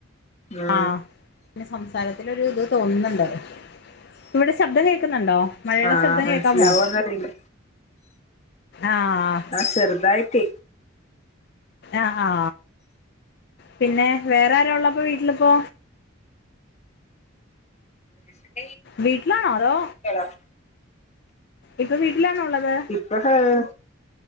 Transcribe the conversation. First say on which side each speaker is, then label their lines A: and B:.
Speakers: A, on the left (about 35°); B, on the left (about 55°).
A: ആ
B: ആഹ് സംസാരത്തിലൊരുത് തോന്നുന്നുണ്ട് ഇവിടെ ശബ്ദം കേക്കുന്നുണ്ടോ മഴയുടെ
A: ആ
B: ശബ്ദം
A: മനസ്സിലാവോന്നറിയില്ല
B: കേക്കാമോ ആഹ്
A: ആഹ് ചെർതായിട്ട്
B: ആഹ് ആ പിന്നെ വേറാര ഉള്ളപ്പോ വീട്ടിലിപ്പോ
A: <inaudible>
B: വീട്ടിലാണോ അതോ
A: ഹലോ
B: ഇപ്പൊ വീട്ടിലാണോ ഉള്ളത്
A: ഇപ്പൊ ആഹ്